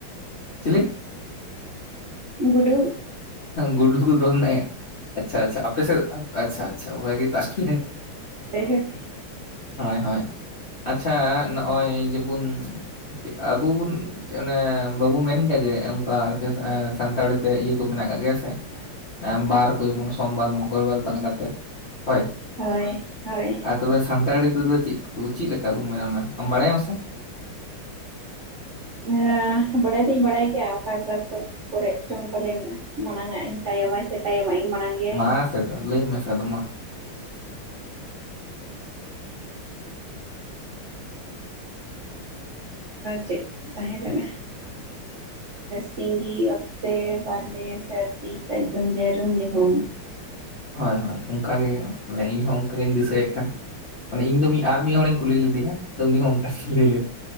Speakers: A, on the left (about 45°); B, on the right (about 50°).
A: ᱪᱤᱞᱤ
B: ᱜᱩᱰᱩ
A: ᱜᱩᱰᱩ ᱠᱚ ᱫᱚᱱ ᱟᱪᱪᱷᱟ ᱟᱪᱪᱷᱟ ᱟᱯᱮ ᱥᱮ ᱟᱪᱪᱷᱟ ᱟᱪᱪᱷᱟ ᱵᱷ ᱜᱮ ᱛᱟᱦᱚᱞᱮ᱾
B: ᱦᱸ <unintelligible>
A: ᱦᱳᱭ ᱦᱳᱭ ᱟᱪᱪᱷᱟ ᱱᱚᱜᱼᱚᱭ ᱡᱮᱵᱚᱱᱼᱼ ᱟᱵᱚ ᱵᱚᱱ ᱚᱱᱮ ᱵᱟᱵᱚᱱ ᱢᱮᱱ ᱜᱮᱭᱟ ᱡᱮ ᱚᱱᱠᱟᱠᱤ ᱥᱟᱱᱛᱟᱲᱤ ᱛᱮ ᱤᱭᱟᱹᱼᱼ ᱢᱮᱱᱟᱜ ᱠᱟᱜ ᱜᱮᱭᱟ ᱥᱮ ᱵᱟᱨ ᱠᱚ ᱡᱮᱢᱚᱱ ᱥᱚᱢᱵᱟᱨ ᱢᱚᱝᱜᱚᱞ ᱵᱟᱨ ᱵᱟᱝᱞᱟᱛᱮ ᱦᱳᱭ,
B: ᱦᱳᱭ ᱦᱳᱭ
A: ᱟᱨ ᱛᱚᱵᱮ ᱥᱟᱱᱛᱟᱲᱤ ᱛᱮᱫᱚ ᱪᱮᱫ ᱠᱚ ᱪᱮᱫ ᱞᱮᱠᱟ ᱵᱩᱱ ᱢᱮᱱᱟ ᱚᱱᱟ ᱟᱢ ᱵᱟᱲᱟᱭᱟᱢ ᱥᱮ?
B: ᱦᱮ ᱵᱟᱲᱟᱭ ᱫᱤᱧ ᱵᱟᱲᱟᱭ ᱜᱮᱭᱟ ᱚᱠᱟ ᱚᱠᱟ᱾ ᱠᱚᱨᱮ ᱡᱚᱝ ᱯᱟᱞᱮᱱ ᱢᱟᱲᱟᱝᱼᱜ ᱤᱧ ᱛᱟᱭᱚᱢ ᱥᱮ ᱛᱟᱭᱚᱢᱟᱜ ᱤᱧ ᱢᱟᱲᱟᱝ᱾ ᱜᱮ
A: ᱢᱟᱟᱥᱮᱫ ᱞᱟᱹᱭ ᱢᱮᱥᱮ ᱟ ᱫᱚ ᱢᱟ᱾
B: ᱪᱮᱫ ᱛᱟᱦᱮᱸᱞᱮᱱᱟ ᱥᱤᱸᱜᱤ ᱚᱛᱮ ᱛᱮ ᱵᱟᱞᱮ ᱥᱟᱹᱨᱫᱤ ᱥᱟᱹᱜᱩᱱ ᱡᱟᱹᱨᱩᱢ ᱧᱩᱷᱩᱢ᱾
A: ᱦᱳᱭ ᱦᱳᱭ ᱚᱱᱠᱟᱟᱜ ᱜᱮ ᱛᱟᱦᱚᱞᱮ ᱤᱧᱦᱚᱸ ᱚᱱᱠᱟᱜᱤᱧ ᱫᱤᱥᱟᱹᱭᱮᱫ ᱠᱟᱱ᱾ ᱢᱟᱱᱮ ᱤᱧ ᱫᱚ ᱢᱤᱫ ᱟᱨ ᱢᱤᱫ ᱦᱚᱲᱤᱧ ᱠᱩᱞᱤ ᱞᱮᱫᱮᱭᱟ ᱟᱫᱚ ᱩᱱᱤ ᱦᱚᱸ ᱚᱱᱠᱟᱧ ᱞᱟᱹᱭ ᱞᱮᱫᱮ